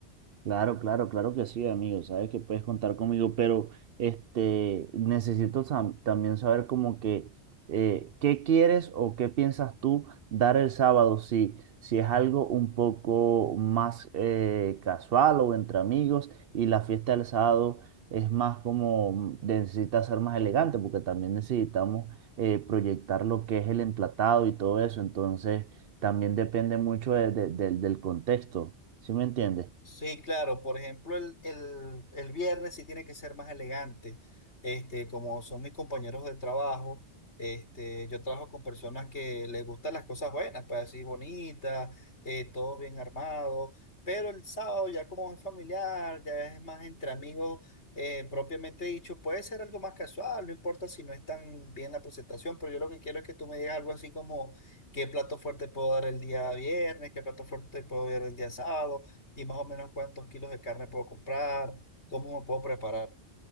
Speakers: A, on the right; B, on the left.
A: Claro, claro, claro que sí, amigo. Sabes que puedes contar conmigo, pero este necesito sam- también saber como que eh, qué quieres o qué piensas tú dar el sábado, si, si es algo un poco más eh, casual o entre amigos y la fiesta del sábado es más como mm, necesita ser más elegante, porque también necesitamos eh, proyectar lo que es el emplatado y todo eso. Entonces también depende mucho de- de- del del contexto. ¿Sí me entiendes?
B: Sí, claro. Por ejemplo, el, el, el viernes sí tiene que ser más elegante. Este, como son mis compañeros de trabajo, este, yo trabajo con personas que les gustan las cosas buenas, pues así bonitas, eh, todo bien armado. Pero el sábado ya como es familiar, ya es más entre amigos, eh, propiamente dicho, puede ser algo más casual, no importa si no es tan bien la presentación, pero yo lo que quiero es que tú me digas algo así como qué plato fuerte puedo dar el día viernes, qué plato fuerte puedo dar el día sábado y más o menos cuántos kilos de carne puedo comprar, cómo me puedo preparar.